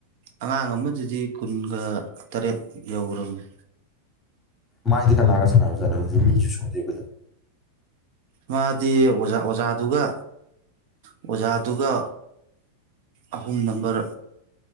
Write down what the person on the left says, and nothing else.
ꯃꯥꯏꯗꯤ ꯀꯅꯥꯒ ꯁꯥꯟꯅꯕꯖꯠꯅꯣ ꯑꯗꯨꯗꯤ ꯃꯤꯁꯨ ꯁꯨꯗꯦ ꯑꯩꯈꯣꯏꯗ